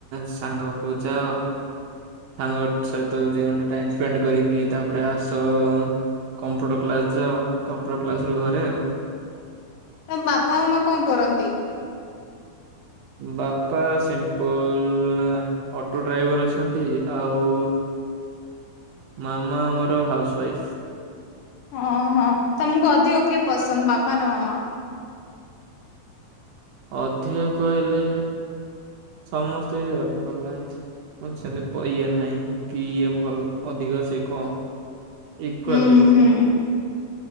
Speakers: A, on the right; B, on the left.
A: ସାଙ୍ଗ ପାଖକୁ ଯାଅ ସାଙ୍ଗ ସହିତ ଦି ଘଣ୍ଟା ଟାଇମ ସ୍ପେଣ୍ଡ କରିକି ତାପରେ ଆସ କମ୍ପୁଟର କ୍ଲାସ ଯାଅ କମ୍ପୁଟର କ୍ଲାସ ରୁ ଘରେ ଆଉ।
B: ତମ ବାପା ମାମା କଣ କରନ୍ତି?
A: ବାପା ସିମ୍ପୁଲ ଅଟୋ ଡ୍ରାଇଭର ଅଛନ୍ତି ଆଉ ମାମା ଆମର ହାଉସ ୱାଇଫ।
B: ହଁ, ହଁ ତମକୁ ଅଧିକ କିଏ ପସନ୍ଦ ବାବା ନା ମାମା?
A: ଅଧିକ କହିଲେ ସମସ୍ତେ ବି ଭଲ ଲାଗନ୍ତି। ସେମିତି ଇଏ ନାହିଁ। କିଏ ଭଲ ଅଧିକ ସେ କମ୍ ଇକୁଆଲି
B: ହୁଁ
A: ପୁରା
B: ହୁଁ
A: ମତେ